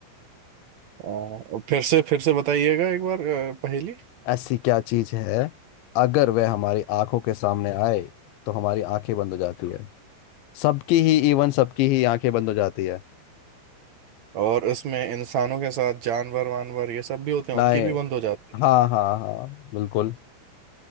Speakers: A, on the right; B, on the left.
A: अ, फिर से फिर से बताइएगा एक बार अ, पहेली
B: ऐसी क्या चीज है अगर वह हमारी आंखों के सामने आए तो हमारी आंखें बंद हो जाती है सबकी ही इवन सबकी ही आंखें बंद हो जाती है
A: और इसमें इंसानों के साथ जानवर वानवर ये सब भी होते हैं
B: नाए
A: उनकी भी बंद हो जाती है
B: हाँ हाँ हाँ बिल्कुल